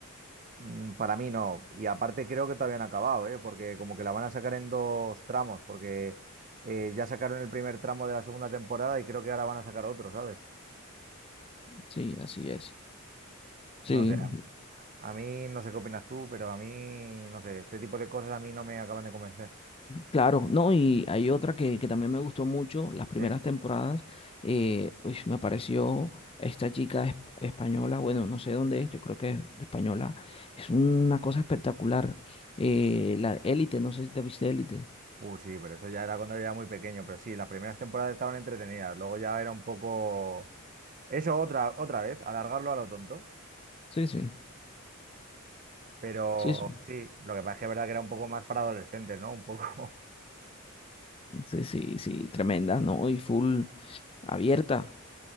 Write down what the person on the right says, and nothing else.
Mm, Para mí no, y aparte creo que todavía no ha acabado, ¿eh? porque como que la van a sacar en dos tramos, porque eh, ya sacaron el primer tramo de la segunda temporada y creo que ahora van a sacar otro, ¿sabes?
No sé, a, a mí no sé qué opinas tú, pero a mí, no sé, este tipo de cosas a mí no me acaban de convencer,
¿sí?
Uh, sí, pero eso ya era cuando era muy pequeño, pero sí, las primeras temporadas estaban entretenidas, luego ya era un poco... Eso otra, otra vez, alargarlo a lo tonto,
pero
sí, lo que pasa es que es verdad que era un poco más para adolescentes, ¿no? Un poco... <laughs>